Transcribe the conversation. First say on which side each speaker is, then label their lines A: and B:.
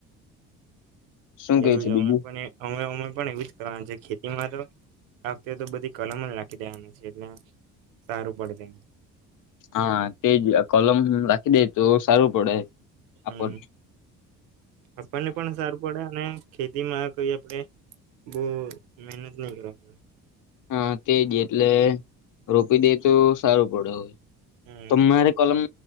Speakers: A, on the left; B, on the right.
A: શું કે
B: એવું
A: છે
B: જ અમે
A: બીજું
B: પણ અમે અમે પણ એવું જ કરવાનું છે ખેતીમાં તો આખતે તો બધી કલમ જ લખી દેવાના છે એટલે સારું પડશે.
A: હા તે જ કોલમ રાખી દે તો સારું પડે.
B: હમ
A: આપણને
B: આપણને પણ સારું પડે અને ખેતી માં કઈ આપડણે બહ મહેનત નહી કરા પાયા.
A: હા તેજ એટલે રોપી દે તો સારું પડેવે.
B: હમ
A: તમારે કલમ